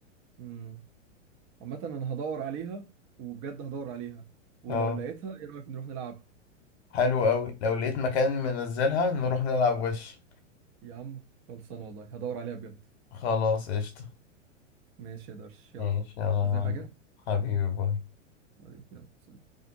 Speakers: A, on the right; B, on the left.
A: امم عامه انا هدور عليها وبجد هدور عليها ولو
B: اه
A: لقيتها ايه رايك نروح نلعب
B: حلو أوي لو لقيت مكان منزلها نروح نلعب وش
A: يا عم خلصانه والله هدور عليها بجد
B: خلاص قشطة
A: ماشي يا درش يلا
B: ماشي يلا
A: مش
B: يا
A: زي
B: معلم.
A: حاجه
B: حبيبي باي
A: طيب، يلا سلام.